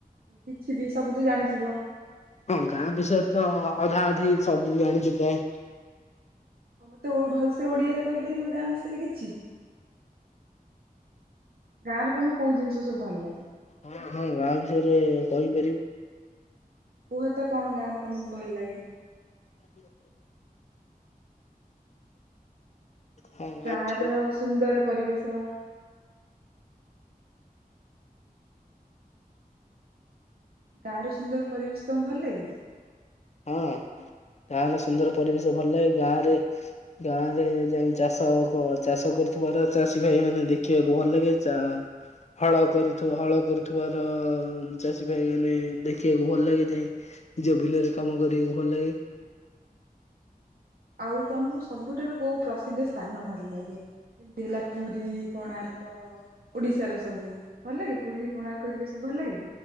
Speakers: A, on the right (about 80°); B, on the left (about 45°).
A: କିଛି ବି, ସବୁ ତ ଜାଣିଥିବ?
B: ହଁ ଗାଁ ବିଷୟରେ ତ ଅଧାଅଧି ସବୁବି ଜାଣିଛି ପ୍ରାୟ
A: ଆଉ ମତେ ଭଲସେ ଓଡିଆରେ କହିପାରିବ ଗାଁ ବିଷୟରେ କିଛି? ଗାଁରେ ତମକୁ କୋଉଁ ଜିନିଷ ସବୁ ଭଲ ଲାଗେ?
B: ହଁ ହଁ, ଗାଁ ବିଷୟରେ କହିପାରିବି।
A: କୁହତ କଣ ଗାଁରେ ତମକୁ ଭଲ ଲାଗେ?
B: <unintelligible> ହଁ
A: ଗାଁ
B: ବିଷୟରେ
A: ର ସୁନ୍ଦର ପରିବେଶ ଗାଁର ସୁନ୍ଦର ପରିବେଶ ତମକୁ ଭଲ ଲାଗେ?
B: ହଁ ଗାଁ ର ସୁନ୍ଦର ପରିବେଶ ଭଲ ଲାଗେ, ଗାଁ ରେ? ଗାଁ ରେ ଯାଇ ଚାଷ ଚାଷ କରୁଥିବାର ଚାଷୀ ଭାଇ ମାନେ ଦେଖିବାକୁ ଭଲ ଲାଗେ ଚା ହଳ କରୁଥିବ ହଳ କରୁଥିବାର ଚାଷୀ ଭାଇ ମାନେ ଦେଖିବାକୁ ଭଲ ଲାଗେ ଯାଇଁ ନିଜ ବିଲରେ କାମ କରିବାକୁ ଭଲ ଲାଗେ।
A: ଆଉ ତମକୁ ସବୁଠାରୁ କୋଉ ପ୍ରସିଦ୍ଧ ସ୍ଥାନ ଭଲ ଲାଗେ? ଯେମିତି ହେଲା ପୁରୀ, କୋଣାର୍କ। ଓଡିଶାର ସବୁ, ଭଲ ଲାଗେ ପୁରୀ କୋଣାର୍କ ହେରିକା ସବୁ ଭଲ ଲାଗେ?